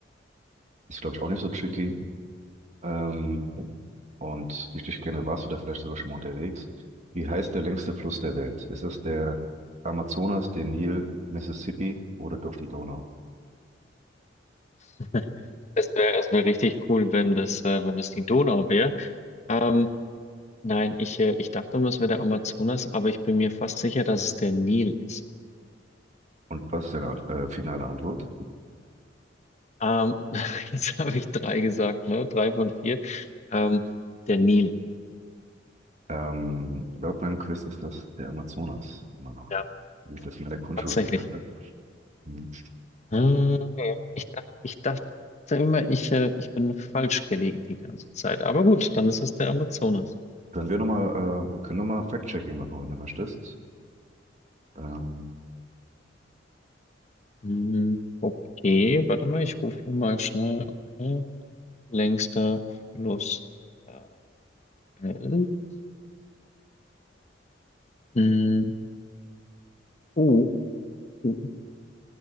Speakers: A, on the right (about 40°); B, on the left (about 40°).
A: ist, glaube ich, auch nicht so tricky. Ähm, und wie ich dich kenne, warst du da vielleicht sogar schon mal unterwegs. Wie heißt der längste Fluss der Welt? Ist das der Amazonas, der Nil, Mississippi oder doch die Donau?
B: <laughs> Es wäre es wär richtig cool, wenn das, äh, wenn das die Donau wäre. Ähm, nein, ich, äh, ich dachte immer, es wäre der Amazonas, aber ich bin mir fast sicher, dass es der Nil ist.
A: Und was ist deine äh, finale Antwort?
B: Ähm, <laughs> jetzt habe ich drei gesagt, ne? Drei von vier. Ähm, der Nil.
A: Ähm, laut meinem Quiz ist das der Amazonas immer noch,
B: Ja, Mann.
A: wie ich das in meiner Grundschule
B: tatsächlich.
A: gelernt habe. Mhm.
B: Ah, ja. Ich dachte, ich dachte immer, ich, äh, ich bin falsch gelegen die ganze Zeit. Aber gut, dann ist es der Amazonas.
A: Können wir nochmal, äh, wir können nochmal Fact-Checking machen, wenn du möchtest. Ähm,
B: Hm, Okay, warte mal, ich rufe mal schnell. Okay. Längster Fluss der Welt. Hm, Oh, oh,